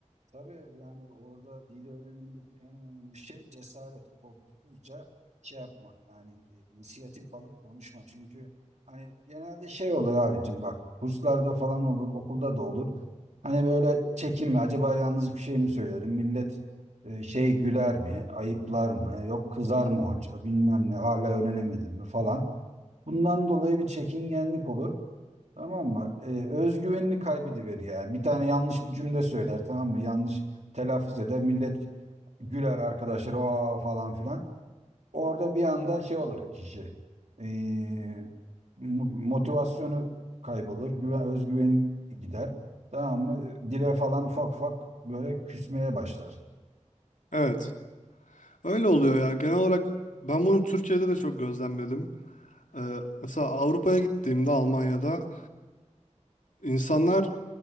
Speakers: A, on the right; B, on the left.
A: Tabii yani orada dil öğrenimindeki en önemli şey cesaret, korkusuzca şey yapma. Yani e, inisiyatif alıp konuşma. Çünkü hani genelde şey olur abicim bak kurslarda falan olur, okulda da olur. Hani böyle çekinme. Acaba yalnız bir şey mi söylerim? Millet e, şey güler mi? Ayıplar mı? Yok kızar mı hoca? Bilmem ne. Hala öğrenemedim mi falan. Bundan dolayı bir çekingenlik olur. Tamam mı? Ee, özgüvenini kaybediver yani. Bir tane yanlış bir cümle söyler tamam mı? Yanlış telaffuz eder. Millet güler arkadaşlar o falan filan. Orada bir anda şey olur kişi. Ee, mo- motivasyonu kaybolur. Güven, özgüveni gider. Tamam mı? Dile falan ufak ufak böyle küsmeye başlar.
B: Evet. Öyle oluyor ya. Genel olarak ben bunu Türkiye'de de çok gözlemledim. Ee, mesela Avrupa'ya gittiğimde Almanya'da insanlar